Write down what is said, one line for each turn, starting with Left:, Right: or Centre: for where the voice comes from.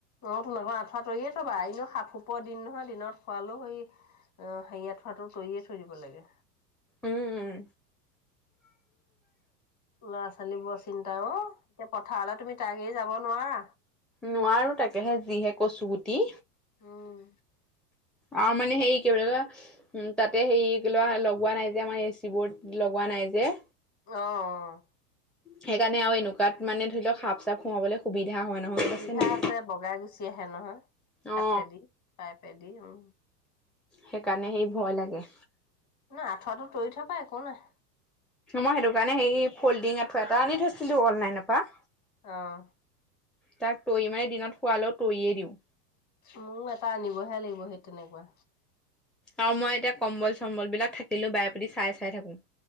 Left: অঁ টোন আক আঠুৱা তৰিয়ে থবা এনো সাপ সোপৰ দিন নহয় দিনত শোৱালও সেই <unintelligible> আহ, হেৰি আত থোৱাটো তৰিয়ে থৈ দিব লাগে।
Centre: উম
Left: ল'ৰা ছোৱালী বৰ চিন্তা অ এতিয়া পথাৰলে তুমি তাক এৰি যাব নোৱাৰা।
Centre: নোৱাৰো তাকেহে যিহে কচু গুটি।
Left: উম
Centre: আৰু মানে হেৰি কি বুলি কয়, উম তাতে হেৰি ক লোৱা লগোৱা নাই যে আমাৰ এচি বোৰ লগোৱাই, নাই যে।
Left: অ অ
Centre: সেইকাৰণে আৰু এনেকুৱা মানে ল ধৰি সাপ চাপ খোমাবলৈ সুবিধা হয় নহয় গম
Left: সুবিধা
Centre: পাইছে নাই
Left: আছে, বগাই গুচি আহে নহয় কাঠেদি
Centre: অ
Left: পাইপ। পাই দি উম।
Centre: সেইকাৰণে সেই ভয় লাগে।
Left: ন আঁঠুৱাটো তৰি থবা একো নাই।
Centre: মই সেইটো কাৰণে হে ফল্ডিং আঠুৱা এটা আনি থৈছিলো অনলাইনৰ পৰা।
Left: অহ।
Centre: তাক তৰি মানে দিনত শুৱালেও তৰিয়ে দিওঁ।
Left: মোৰ এটা আনিবহে লাগিব সেই তেনেকুৱা।
Centre: আৰু মই এতিয়া কম্বল চম্বল বিলাক থাকিলো বাই প্ৰতি চাই চাই থাকো।